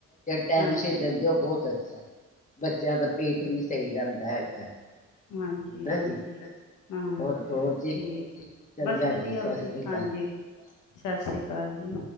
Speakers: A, on the left; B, on the left.
A: ਟਾਈਮ
B: ਹਾਂਜੀ।
A: ਸਿਰ ਦਿੰਦੇ ਹੋ ਬਹੁਤ ਅੱਛਾ। ਹੈ। ਬੱਚਿਆਂ ਦਾ ਪੇਟ ਵੀ ਸਹੀ ਰਹਿੰਦਾ ਹੈਗਾ
B: ਹਾਂਜੀ
A: ਹਨਾ
B: ਹਾਂਜੀ
A: ਜੀ
B: ਹਾਂ
A: ਹੋਰ ਹੋਰ ਜੀ
B: ਠੀਕ
A: ਚੰਗਾ
B: ਬਸ ਵਧੀਆ
A: ਜੀ ਸਤਿ
B: ਵਧੀਆ
A: ਸ੍ਰੀ ਅਕਾਲ।
B: ਹਾਂਜੀ। ਸਤਿ ਸ੍ਰੀ ਅਕਾਲ ਜੀ।